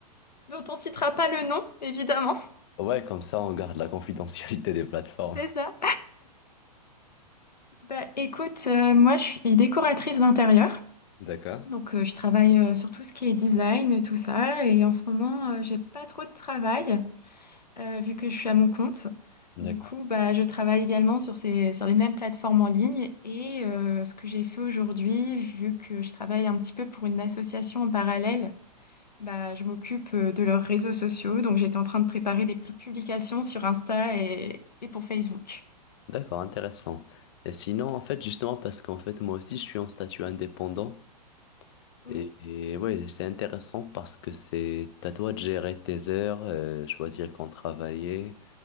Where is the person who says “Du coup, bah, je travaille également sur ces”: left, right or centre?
Left